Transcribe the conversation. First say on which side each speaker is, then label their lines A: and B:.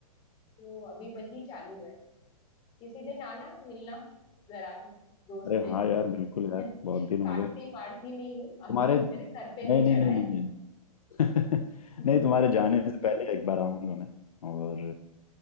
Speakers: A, on the left; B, on the left.
A: तो अभी वही चालू है किसी दिन आना मिलना जरा दोस्त
B: अरे
A: से
B: हाँ यार बिल्कुल यार
A: <laughs>
B: बहुत दिन हो
A: काटती
B: गए
A: मारती नहीं हूँ अभी
B: तुम्हारे
A: तक
B: नहीं
A: मेरे सर पे नहीं
B: नहीं
A: चढ़ा
B: नहीं
A: है
B: नहीं नहीं
A: <laughs>
B: <laughs> नहीं तुम्हारे जाने से पहले एक बार आऊंगा मैं और